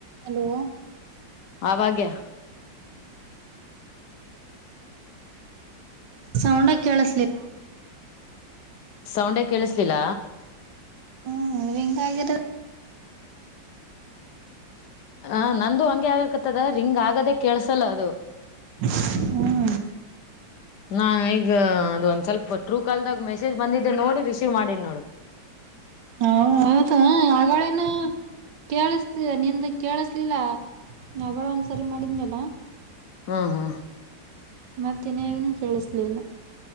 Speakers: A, on the right; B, on the left.
A: ಹಲೋ
B: ಆ ಭಾಗ್ಯ.
A: <inaudible> ಸೌಂಡ ಕೇಳಸಲಿಲ್ಲ.
B: ಸೌಂಡೆ ಕೇಳಿಸ್ಲಿಲ್ಲಾ.
A: ಹ್ಮ್ ಹೆಂಗ ಆಗಿರೋದ.
B: ಹ ನಂದು ಹಂಗೆ ಆಗಕತ್ತದ ರಿಂಗ್ ಆಗದೆ ಕೇಸಲ್ಲ ಅದು.
A: ಹ್ಮ
B: ನಾ ಈಗ ಅದು ಒಂದ್ ಸ್ವಲ್ಪ್ ಟ್ರೂ ಕಾಲ್ದಾಗ ಮೆಸೇಜ್ ಬಂದಿದ್ದೆ ನೋಡಿ ರಿಸೀವ್ ಮಾಡಿನಿ.
A: ಹ ಹೌದ ಆಗಳೇನ. ಕೇಳಿಸತ ನಿಂದ ಕೇಳಸ್ಲಿಲ್ಲ ಅಗಳ ಒಂದ್ಸರಿ ಮಾಡಿದ್ನಲ್ಲ
B: ಹ್ಮ್ ಹಾ
A: <unintelligible> ಮತ್ತನಗನು ಕೇಳಿಸ್ಲಿಲ್ಲ.